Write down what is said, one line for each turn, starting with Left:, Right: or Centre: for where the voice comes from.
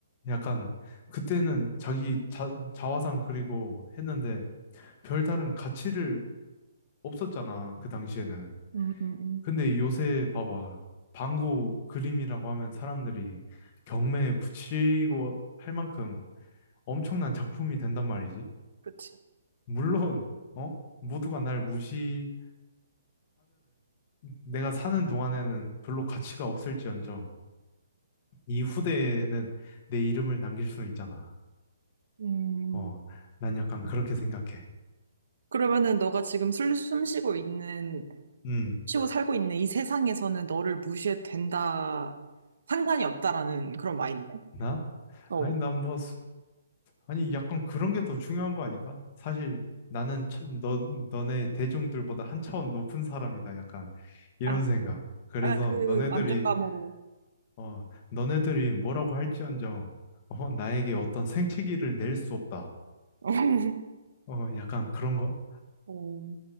Left: 약간, 그때는 자기 자, 자화상 그리고 했는데, 별다른 가치를 없었잖아, 그 당시에는.
Right: 응, 응, 응.
Left: 근데 요새 봐봐. 방구 그림이라고 하면 사람들이 경매에 붙이고 할 만큼 엄청난 작품이 된단 말이지.
Right: 그치.
Left: 물론, 어? 모두가 날 무시하면은 내가 사는 동안에는 별로 가치가 없을지언정 이 후대에는 내 이름을 남길 수는 있잖아.
Right: 음.
Left: 어, 난 약간 그렇게 생각해.
Right: 그러면은 너가 지금 숨, 숨 쉬고 있는,
Left: 음,
Right: 쉬고 살고 있는 이 세상에서는 너를 무시해도 된다, 상관이 없다라는 그런 마인드.
Left: 나?
Right: 어.
Left: 아니, 난뭐 아니, 약간 그런 게 더 중요한 거 아닐까? 사실 나는 처- 너, 너네 대중들보다 한 차원 높은 사람이다. 약간 이런
Right: 아,
Left: 생각. 그래서
Right: 약간 그
Left: 너네들이,
Right: 만족감으로.
Left: 어, 너네들이 뭐라고 할지언정, 어, 나에게 어떤 생채기를 낼 수 없다.
Right: <laughs>
Left: 어, 약간 그런 거?
Right: 어,